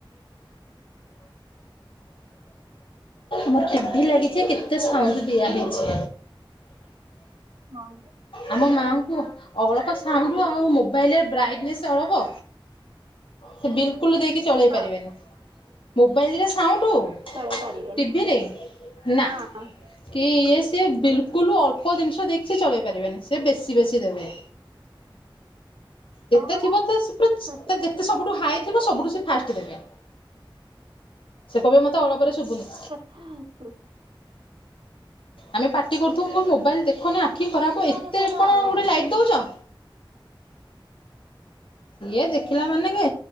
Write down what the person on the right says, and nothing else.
ହଁ।
ହଁ
ଚଳେଇ ପାରିବେନି।
ହଁ, ହଁ।
ହଁ
ପରା
ହୁଁ ହୋ।
ଭଲ
ଲାଗେ
ସେଇଟା
ଆଉ